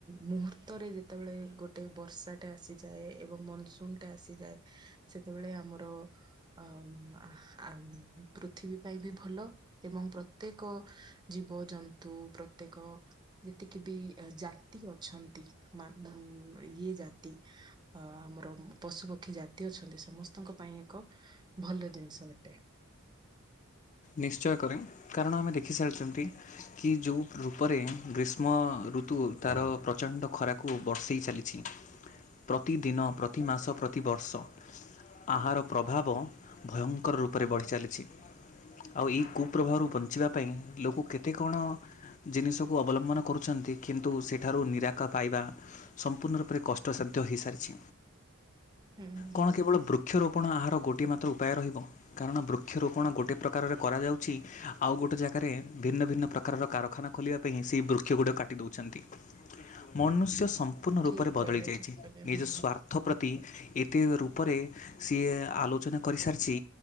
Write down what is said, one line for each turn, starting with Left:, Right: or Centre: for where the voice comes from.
Right: ମୁହୂର୍ତ୍ତରେ ଯେତବଳେ ଗୋଟେ ବର୍ଷାଟେ ଆସିଯାଏ ଏବଂ ମନସୁନ ଟା ସେ ଯାଏ ସେତେବେଳେ ଆମର ଅ ଆ ପୃଥିବୀ ପାଇଁ ବି ଭଲ ଏବଂ ପ୍ରତ୍ୟେକ ଜୀବଜନ୍ତୁ ପ୍ରତ୍ୟେକ ଯେତିକି ବି ଜାତି ଅଛନ୍ତି ମା ଉଁ ଇଏ ଜାତି ଅ ଆମର ପଶୁପକ୍ଷୀ ଜାତି ଅଛନ୍ତି ସମସ୍ତଙ୍କ ପାଇଁ ଏକ ଭଲ ଜିନିଷ ଅଟେ।
Left: ନିଶ୍ଚୟ କରେ କାରଣ ଆମେ ଦେଖିସାରିଛନ୍ତି କି ଯୋଉ ରୂପରେ ଗ୍ରୀଷ୍ମଋତୁ ତାର ପ୍ରଚଣ୍ଡ ଖରାକୁ ବର୍ଷେଇ ଚାଲି ଛି ପ୍ରତିଦିନ ପ୍ରତିମାସ ପ୍ରତିବର୍ଷ ଆହାର ପ୍ରଭାବ ଭୟଙ୍କର ରୂପରେ ବଢିଚାଲିଛି। ଆଉ ଏଇ କୁପ୍ରଭାବରୁ ବଞ୍ଚିବା ପାଇଁ ଲୋକ କେତେ କଣ ଜିନିଷକୁ ଅବଲମ୍ବନ କରୁଚନ୍ତି କିନ୍ତୁ ସେଠାରୁ ନିରାକା ପାଇବା ସମ୍ପୂର୍ଣ୍ଣ ରୂପରେ କଷ୍ଟସାଧ୍ୟ ହୋଇସାରିଛି।
Right: ହୁଁ
Left: କଣ
Right: ହୁଁ
Left: କେବଳ ବୃକ୍ଷରୋପଣ ଆହାର ଗୋଟିଏ ମାତ୍ର ଉପାୟ ରହିବ କାରଣ ବୃକ୍ଷରୋପଣ ଗୋଟି ପ୍ରକାରରେ କରାଯାଉଛି ଆଉ ଗୋଟେ ଜାଗାରେ ଭିନ୍ନ ଭିନ୍ନ ପ୍ରକାରର କାରଖାନା ଖୋଲିବା ପାଇଁ ସେହି ବୃକ୍ଷ ଗୁଡ଼ିଏ କାଟି ମନୁଷ୍ୟ ସମ୍ପୂର୍ଣ୍ଣ ରୂପରେ
Right: ଠିକ
Left: ବଦଳି
Right: କହିଲେ
Left: ଯାଇଛି
Right: ଠିକ କହିଲେ
Left: ନିଜ
Right: ହୁଁ
Left: ସ୍ଵା ପର୍ଥ ପ୍ରତି ଏତେ ରୂପରେ ସିଏ ଆଲୋଚନା କରିସାରିଛି।